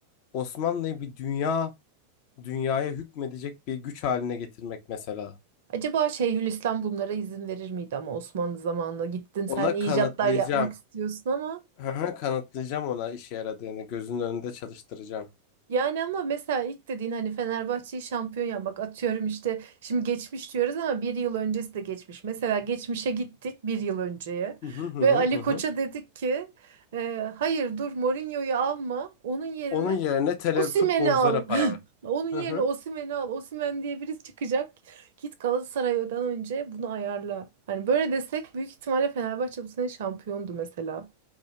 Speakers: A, on the left; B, on the right.
A: Osmanlı'yı bir dünya dünyaya hükmedecek bir güç haline getirmek mesela.
B: Acaba Şeyhülislam bunlara izin verir miydi ama Osmanlı zamanında gittin sen
A: Ona
B: icatlar
A: kanıtlayacağım.
B: yapmak istiyorsun ama
A: <laughs> Hı hı, Kanıtlayacağım ona işe yaradığını, gözünün önünde çalıştıracağım.
B: yani ama mesela ilk dediğin hani Fenerbahçe'yi şampiyon yapmak atıyorum işte şimdi geçmiş diyoruz ama bir yıl öncesi de geçmiş. Mesela geçmişe gittik bir yıl önceye
A: Hı hı hı
B: ve
A: hı
B: Ali
A: hı hı.
B: Koç'a dedik ki "E, hayır dur Mourinho'yu alma onun yerine
A: Onun yerine tele
B: Osimhen'i
A: futbolculara
B: al.
A: para ver.
B: Onun yerine
A: Hı hı.
B: Osimhen'i al. Osimhen diye birisi çıkacak. Git Galatasaray'dan önce bunu ayarla. Hani böyle desek büyük ihtimalle Fenerbahçe bu sene şampiyondu mesela.